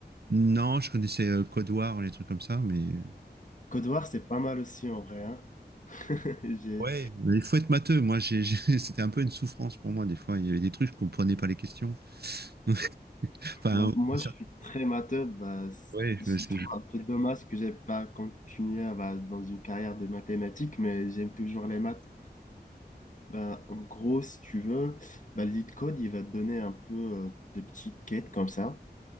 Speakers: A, on the right; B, on the left.
A: Non, je connaissais euh, Code War, les trucs comme ça, mais
B: Code War, c'est pas mal aussi en vrai. hein. <laughs> J'ai
A: Ouais, mais il faut être matheux. Moi, j'ai, j'ai- <laughs> c'était un peu une souffrance pour moi. Des fois, il y avait des trucs, je comprenais pas les questions. <laughs> Enfin,
B: Bon, Moi,
A: ça-
B: je suis très matheux. Bah, c-
A: ouais,
B: je
A: je-
B: trouve
A: je-
B: un peu dommage que j'ai pas continué à- bah, dans une carrière de mathématiques, mais j'aime toujours les maths. Bah, en gros, si tu veux, bah, LeetCode, il va te donner un peu euh, de petites quêtes comme ça.